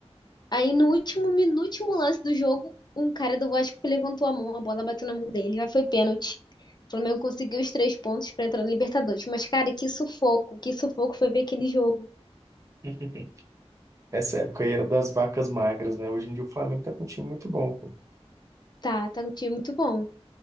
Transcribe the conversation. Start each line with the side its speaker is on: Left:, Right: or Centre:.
Left: Aí no último, min- no último lance do jogo, um cara do Vasco levantou a mão, a bola bateu na mão dele, aí foi pênalti. O Flamengo conseguiu os três pontos pra entrar na Libertadores. Mas, cara, que sufoco, que sufoco foi ver aquele jogo.
Right: <laughs> Essa época aí era das vacas magras, né? Hoje em dia o Flamengo tá com um time muito bom, pô.
Left: Tá, tá um time muito bom.